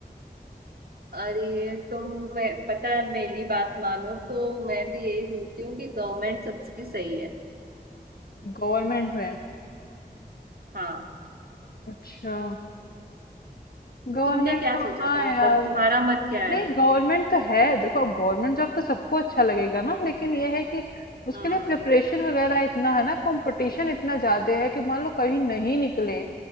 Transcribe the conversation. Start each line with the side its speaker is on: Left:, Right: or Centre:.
Right: अरे तुम मैं पता है मेरी बात मानो तो मैं तो यही सोचती हूँ कि गवर्नमेंट सबसे सही है
Left: गवर्नमेंट में
Right: हाँ
Left: अच्छा गवर्नमेंट
Right: तुमने क्या
Left: तो
Right: सोचा
Left: हाँ
Right: था मतलब
Left: यार
Right: तुम्हारा मन क्या है
Left: नहीं गवर्नमेंट तो है देखो अब गवर्नमेंट जॉब तो सबको अच्छा लगेगा ना लेकिन ये है कि उसके
Right: हम्म
Left: लिए प्रिपरेशन वगैरह इतना है ना कंपटीशन इतना ज्यादा है कि मान लो कहीं नहीं निकले